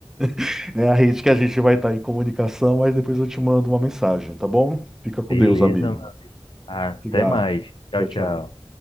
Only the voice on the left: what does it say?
Beleza,
mano. Até
mais. Tchau,
tchau.